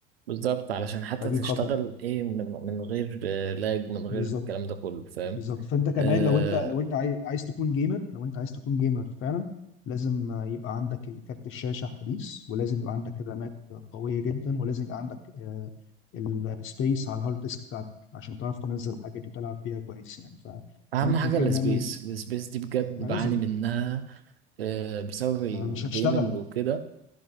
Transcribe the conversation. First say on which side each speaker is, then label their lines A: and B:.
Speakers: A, on the right; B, on the left.
A: بالظبط علشان حتى
B: فدي
A: تشتغل
B: خطوه
A: ايه من من غير آه، لاج من غير
B: بالظبط
A: الكلام ده كله فاهم
B: بالظبط فانت كمان
A: آه،
B: لو انت لو انت عايز عايز تكون جيمر لو انت عايز تكون جيمر فعلا لازم آه، يبقى عندك كارت الشاشه حديث ولازم يبقى عندك الرامات قويه جدا ولازم يبقى عندك آه السبيس على الهارد ديسك بتاعتك عشان تعرف تنزل الحاجات دي وتلعب بيها كويس يعني
A: اهم
B: فممكن
A: حاجة
B: كده
A: السبيس
B: نعمل
A: السبيس دي بجد
B: ما
A: بعاني
B: لازم
A: منها آه، بسبب الجيمنج
B: ما مش هتشتغل
A: وكده